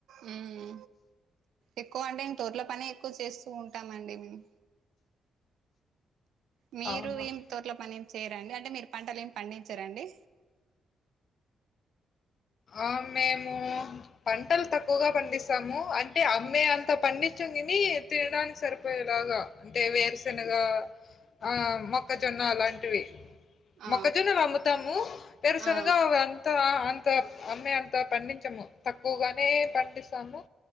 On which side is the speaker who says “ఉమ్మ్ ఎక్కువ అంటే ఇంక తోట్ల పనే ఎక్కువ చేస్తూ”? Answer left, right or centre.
Right